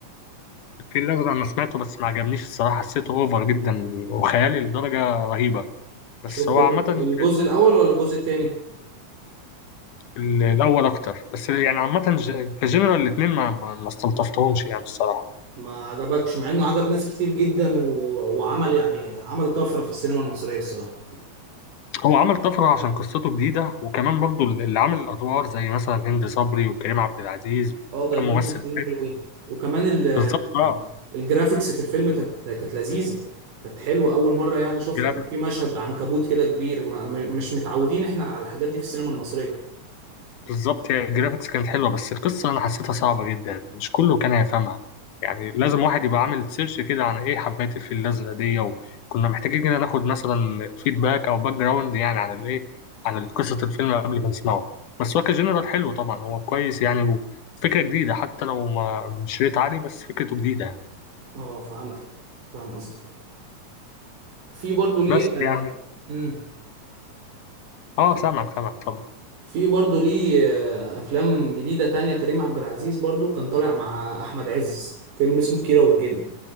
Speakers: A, on the left; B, on the right.
A: في الأزرق أنا سمعته بس ما عجبنيش الصراحة حسيته أوفر جدا وخيالي لدرجة رهيبة بس
B: شفت
A: هو
B: الج-
A: عامة
B: الجزء
A: ال-
B: الاول ولا الجزء التاني
A: ال- الأول أكتر بس يعني عامة ج- كجنرال الاتنين ما ما ما استلطفتهمش يعني الصراحة
B: ما عجبكش مع انه عجب ناس كتير جدا و... وعمل يعني عمل طفره في السينما المصريه الصراحه
A: هو عمل طفرة عشان قصته جديدة وكمان برضو اللي عامل الأدوار زي مثلا هند صبري وكريم عبد العزيز وكم
B: اه جايبين
A: ممثل
B: ممثلين
A: تاني
B: حلوين وكمان ال...
A: بالظبط اه
B: الجرافيكس في الفيلم كانت كانت لذيذه كانت حلوه اول مره يعني شفت
A: جرافيك
B: كان في مشهد عنكبوت كده كبير ما... م- مش متعودين احنا على الحاجات دي في السينما المصريه
A: بالظبط هي الجرافيكس كانت حلوة بس القصة أنا حسيتها صعبة جدا يعني مش كله كان هيفهمها يعني لازم واحد يبقى عامل سيرش كده عن إيه حبات الفيل الأزرق دي وكنا محتاجين كده ناخد مثلا فيدباك أو باك جراوند يعني عن الإيه عن قصة الفيلم قبل ما نسمعه بس هو كجنرال حلو طبعا هو كويس يعني وفكرة جديدة حتى لو ما مش ريت عالي بس فكرته جديدة
B: اه فهمتك فاهم قصدك في برضه ليه
A: بس
B: آه،
A: يعني
B: مم.
A: آه سامعك سامعك طبعا
B: في برضه ليه آه، افلام جديده تانية كريم عبد العزيز برضه كان طالع مع احمد عز فيلم اسمه كيرة والجن